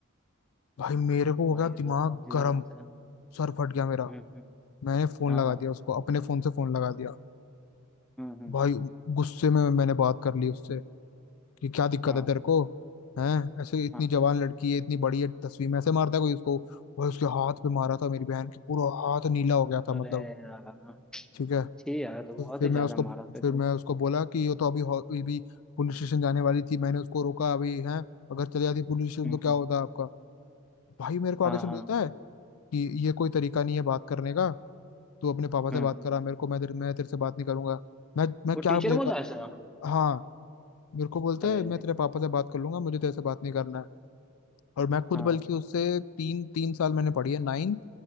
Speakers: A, on the left (about 75°); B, in the centre.
A: भाई मेरे को हो
B: भाई
A: गया
B: ये
A: दिमाग
B: तो बहुत ही
A: गर्म
B: गलत है
A: सर फट गया मेरा
B: हम्म हम्म
A: मैंने फोन
B: हाँ
A: लगा
B: हाँ
A: दिया उसको अपने फोन से फोन लगा दिया
B: हम्म हम्म
A: भाई गुस्से में मैंने बात कर ली उससे कि क्या दिक्कत
B: हाँ
A: है तेरे को हैं ऐसे इतनी
B: हाँ
A: जवान लड़की है इतनी बड़ी है दसवीं में ऐसे मारता है कोई उसको भाई उसके हाथ पे मारा था मेरी बहन के पूरा हाथ नीला हो गया
B: अरे
A: था मतलब
B: यार
A: ठीक है
B: ठीक यार तो
A: तो
B: बहुत
A: फिर
B: ही
A: मैं
B: ज्यादा
A: उसको
B: मारा फिर
A: फिर
B: वो
A: मैं उसको बोला कि ये तो अभी हो- ये भी पुलिस स्टेशन जाने वाली थी मैंने उसको रोका अभी है अगर चली जाती पुलिस स्टेशन
B: हम्म
A: तो क्या
B: हम्म,
A: होता आपका भाई मेरे को
B: हाँ
A: आगे से बोलता
B: हाँ
A: है कि ये कोई तरीका नहीं है बात करने का तू अपने पापा से
B: हम्म
A: बात करा मेरे को मैं तेरे मैं तेरे से बात नहीं करूंगा मैं मैं
B: वो
A: क्या
B: टीचर
A: मेरे
B: बोला
A: पा...
B: ऐसा
A: हाँ मेरे को बोलता
B: अरे
A: है मैं तेरे पापा से बात कर लूंगा मुझे तेरे से बात नहीं करना है और मैं खुद
B: हाँ
A: बल्कि उससे तीन तीन साल मैंने पढ़ी है नाइन्थ